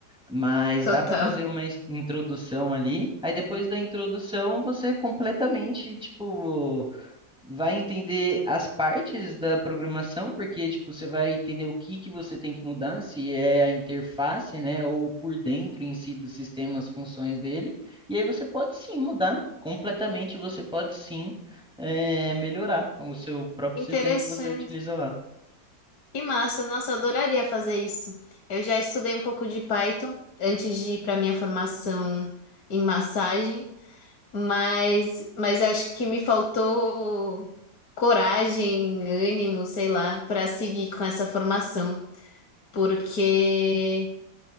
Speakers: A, in the centre; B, on the left.
A: Mas
B: Total.
A: dá para fazer uma es- introdução ali. Aí depois da introdução, você completamente, tipo, vai entender as partes da programação, porque tipo, você vai entender o que que você tem que mudar, se é a interface, né, ou por dentro em si do sistema, as funções dele. E aí você pode sim mudar completamente, você pode sim eh, melhorar o seu próprio
B: Interessante.
A: sistema que você utiliza lá.
B: Que massa. Nossa, adoraria fazer isso. Eu já estudei um pouco de Python antes de ir para minha formação em massagem. Mas, mas acho que me faltou coragem, ânimo, sei lá, para seguir com essa formação, porque